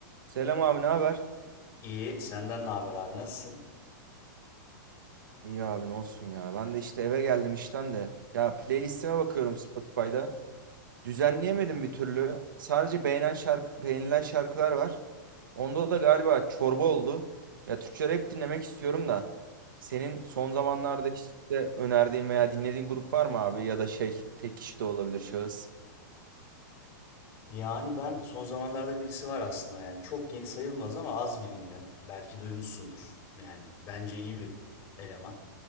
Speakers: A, on the right; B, on the left.
A: Selam abi ne haber?
B: İyi, senden ne haber abi? Nasılsın?
A: İyi abi ne olsun ya. Ben de işte eve geldim işten de. Ya playlistime bakıyorum Spotify'da. Düzenleyemedim bir türlü. Sadece beğenen şarkı, beğenilen şarkılar var. Onda da galiba çorba oldu. Ya Türkçe rap dinlemek istiyorum da. Senin son zamanlarda işte önerdiğin veya dinlediğin grup var mı abi? Ya da şey tek kişi de olabilir şahıs.
B: Yani ben son zamanlarda birisi var aslında yani çok yeni sayılmaz ama az biliniyor. Belki duymuşsundur. Yani bence iyi bir eleman.